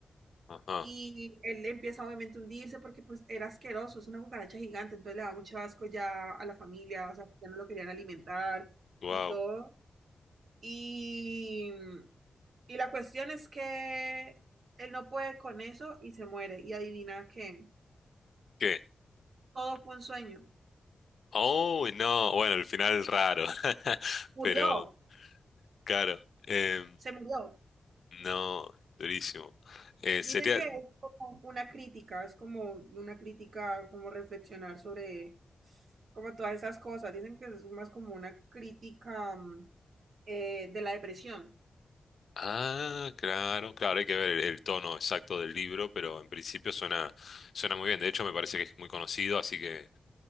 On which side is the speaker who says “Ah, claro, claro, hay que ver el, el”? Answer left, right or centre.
Left